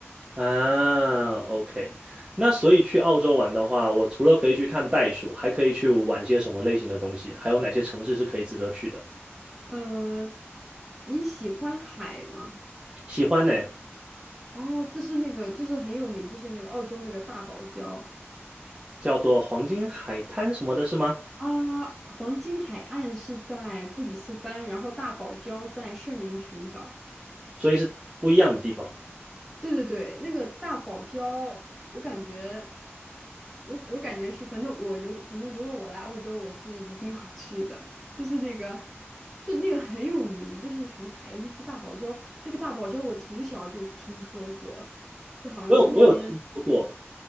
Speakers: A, on the right (about 20°); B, in the centre.
A: 啊。OK，那所以去澳洲玩的话，我除了可以去看袋鼠，还可以去玩些什么类型的东西？还有哪些城市是可以值得去的？
B: <laughs> 呃，你喜欢海吗？
A: 喜欢呢，
B: 哦，这是那个就是很有名，就是那个澳洲那个大堡礁。
A: 叫做黄金海滩什么的，是吗？
B: 啊，黄金海岸是在布里斯班，然后大堡礁在圣灵群岛。
A: 所以是不一样的地方。
B: 对对对，那个大堡礁，我感觉，我我感觉是，反正我如反正如果我来澳洲，我是一定要去的。就是那个，就那个很有名，就是什么凯恩斯大堡礁，那个大堡礁我从小就听说过，就好像是那边，
A: 我有我有听说过。